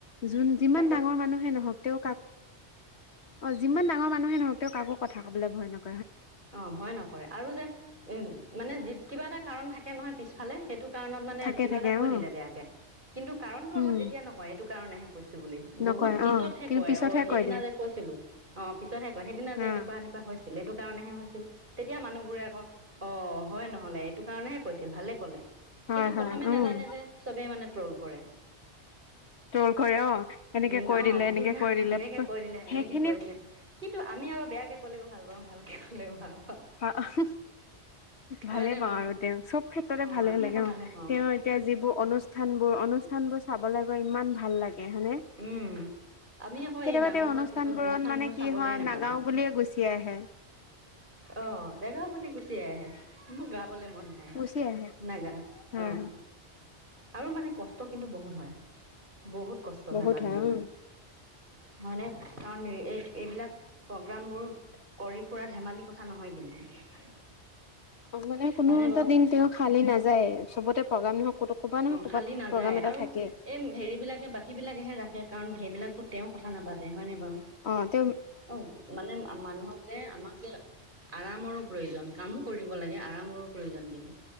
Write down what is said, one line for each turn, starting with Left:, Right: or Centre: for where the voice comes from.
Left: যোন
Right: কাৰণ
Left: যিমান ডাঙৰ মানুহে নহওক তেওঁ কাক অ যিমান ডাঙৰ মানুহে নহক তেওঁ কাকো কথা কবলে ভয় নক
Right: অ ভয় নকৰে আৰু যে উ মানে যি কিবা এটা কাৰণ থাকে নহয় পিছফালে সেইটো কাৰণত মানে
Left: থাকে
Right: কিবা
Left: থাকে
Right: এটা কৈ
Left: অ
Right: দিলে বেয়াকে কিন্তু কাৰণতটো
Left: উম
Right: আকৌ তেতিয়া নকয় এইটো কাৰণেহে কৈছো বুলি
Left: নকয়
Right: বহুত পিছতহে
Left: অ কিন্তু
Right: কয়
Left: পিছতহে
Right: অ সেইদিনা
Left: কৈ দিয়ে
Right: যে কৈছিলো অ পিছতহে কয় সেইদিনা
Left: অ
Right: যে এনেকুৱা এনেকো হৈছিল এইটো কাৰণেহে হৈছিল তেতিয়া মানুহবোৰে আকৌ অ হয় নহলে এইটো কাৰণেহে কৈছিল ভালে ক'লে
Left: হয়
Right: কিন্তু
Left: হয়
Right: প্ৰথমে
Left: উম
Right: নাজানে যে চবেই মানে ট্ৰল কৰে
Left: ট্ৰল কৰে অ এনেকে
Right: বি
Left: কৈ
Right: অ
Left: দিলে এনেকে
Right: বিনা
Left: কৈ দিলে
Right: এনেকে কৰিলে
Left: সেইখিনি
Right: এনেকে কৰিলে কিন্তু আমি বেয়াকে কলেও ভাল পাওঁ ভালে কলে ভাল পা
Left: অ অহ
Right: হয়
Left: ভালে
Right: নে
Left: পাওঁ
Right: বাৰু
Left: আৰু তেওঁ চব ক্ষেত্ৰতে
Right: অ
Left: ভালে
Right: আমি
Left: লাগে
Right: আকৌ
Left: অ
Right: ভালে পাওঁ
Left: তেওঁৰ এতিয়া যিবোৰ অনুষ্ঠান বোৰ অনু অনুষ্ঠানবোৰ চাবলৈ গৈ ইমান ভাল লাগে। হয়নে
Right: উম। আমি আকৌ
Left: কেতিয়াবা
Right: এই ডাঙৰ
Left: তেওঁ
Right: হোৱাৰ
Left: অনুষ্ঠান
Right: পিছত
Left: বোৰত
Right: অনুষ্ঠানবোৰ
Left: মানে কি
Right: চাবলেই
Left: হয়
Right: নাপালো।
Left: নাগাও বুলিয়ে গুচি আহে
Right: অ দেগা বুলি গুচি আহে। মোৰ গা বলে মন নাই।
Left: গুচি আহে
Right: নাগাং
Left: হয়
Right: অ।
Left: হয়
Right: আৰু মানে কষ্ট ষ্ট কিন্তু বহুত হয়। বহুত কষ্ট
Left: বহুত
Right: হয় মানুহজনৰ।
Left: উম
Right: হয়নে, কাৰণ এই এইবিলাক প্ৰগ্ৰাম বোৰ কৰি ফুৰা ধেমালি কথা নহয় কিন্তু।
Left: অ মানে কোনো
Right: হয়নে
Left: এটা
Right: বাৰু
Left: দিন তেওঁ খালি নাযায়, চবতে প্ৰগ্ৰাম নহয় ক'তো ক'বা নহয়
Right: অ
Left: ক'বাত
Right: খালি নাযায়।
Left: প্ৰগ্ৰাম এটা
Right: আৰু,
Left: থাকে
Right: এই হেৰি বিলাকে বাকী বিলাকেহে ৰাখে। কাৰণ, সেইবিলাকতো তেওঁ কথা নাপাতে হয়নে বাৰু।
Left: অ', তে
Right: অ', মানে মানুহক যে আমাক যে আৰামৰো প্ৰয়োজন কামো কৰিম <unintelligible> লাগে আৰামৰো প্ৰয়োজন কিন্ত,